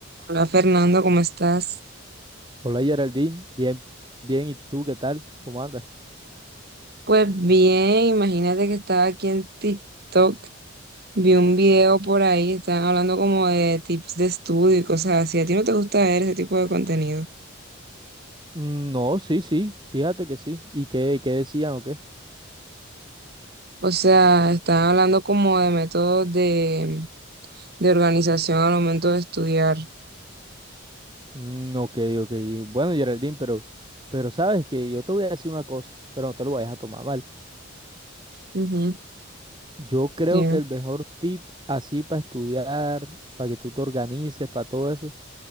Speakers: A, on the right; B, on the right.
A: Hola Fernando, ¿cómo estás?
B: Hola Geraldine, bien, bien, ¿y tú qué tal? ¿Cómo andas?
A: Pues bien, imagínate que estaba aquí en TikTok, vi un video por ahí, estaban hablando como de tips de estudio y cosas así. ¿A ti no te gusta ver ese tipo de contenido?
B: Mm, No, sí, sí, fíjate que sí. ¿Y qué, qué decían o qué?
A: O sea, estaban hablando como de métodos de, de organización al momento de estudiar.
B: Mm, ok, ok. Bueno, Geraldine, pero, pero sabes que yo te voy a decir una cosa, pero no te lo vayas a tomar mal.
A: Ujú,
B: Yo creo
A: sí.
B: que el mejor tip así para estudiar, para que tú te organices, para todo eso,